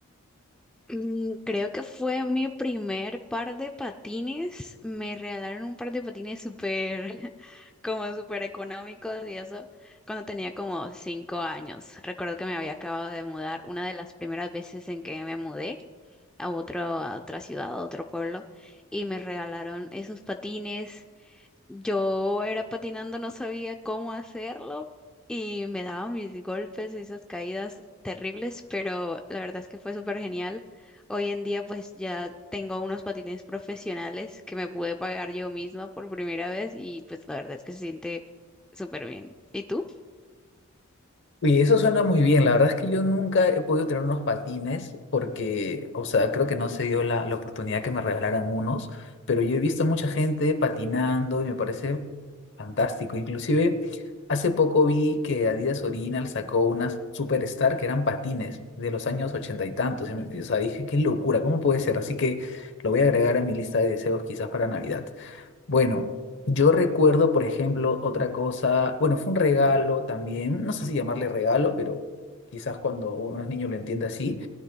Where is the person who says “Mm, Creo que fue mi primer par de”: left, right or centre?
Centre